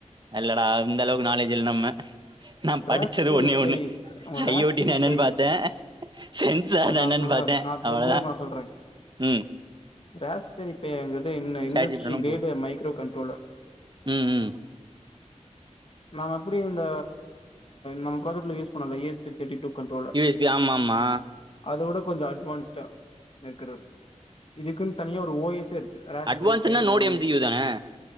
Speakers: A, on the right; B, on the left.
A: இல்லடா இந்த அளவுக்கு நாலேஜ் இல்ல நம்ம நா படிச்சது
B: ராஸ்பெரி
A: ஒன்னே ஒண்ணு
B: பை
A: ஐ
B: ராஸ்பெரி
A: யோட் டினா என்னன்னு
B: பை
A: பாத்தேன் சென்சார்னா
B: நா
A: என்னனு
B: சொல்றே
A: பாத்தேன்
B: நா
A: அவ்ளதான்
B: தெரிஞ்சளவுக்கு நா சொல்றே
A: ம்
B: ராஸ்பெரி பேங்கிறது என்ன industry
A: chat G P T னா
B: கிரேடு
A: போது
B: மைக்ரோ கண்ட்ரோலர்
A: ம் ம்
B: நாம எப்டி இந்த நம்ம ப்ராஜக்ட்ல யூஸ் பண்ணோல U S thirty two controller
A: U S B ஆமா ஆமா
B: அத வுட கொஞ்சோ அட்வான்ஸ்டா இருக்கிறது இதுக்குனு தனியா ஒரு ஓ எஸ்செ இருக்கு ராஸ்பெரி
A: அட்வான்ஸ்னா
B: பையங்க
A: node
B: ஓ
A: M
B: S
A: C U தான